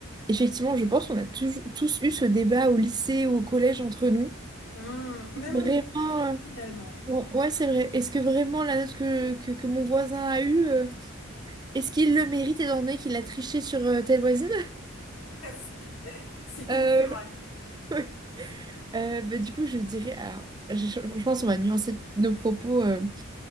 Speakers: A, on the right; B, on the left.
A: Effectivement, je pense qu'on a toujours, tous eu ce débat au lycée ou au collège entre nous.
B: Hmm, même
A: Vraiment,
B: en études,
A: euh,
B: finalement.
A: ouais, ouais, c'est vrai. Est-ce que vraiment la note que, que, que mon voisin a eue, euh, est-ce qu'il le mérite étant donné qu'il a triché sur euh, telle voisine?
B: <laughs> C'est
A: Euh,
B: c'est vrai.
A: <laughs> euh, bah, du coup, je dirais, alors, je, je pense qu'on va nuancer nos propos euh,